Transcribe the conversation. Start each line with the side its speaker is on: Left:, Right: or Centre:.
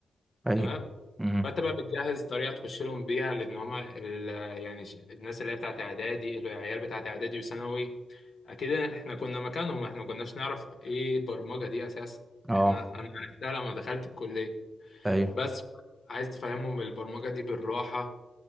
Right: ايوه
Left: تمام
Right: امم
Left: فأنت بقى بتجهز طريقة تخش لهم بيها لأن هما ال... يعني ش- الناس اللي هي بتاعت إعدادي العيال بتاعت إعدادي وثانوي أكيد إحنا كنا مكانهم إحنا ما كناش نعرف إيه البرمجة دي أساسا
Right: اه
Left: إحنا أنا عرفتها لما دخلت الكلية
Right: ايوه
Left: بس عايز تفهمهم البرمجة دي بالراحة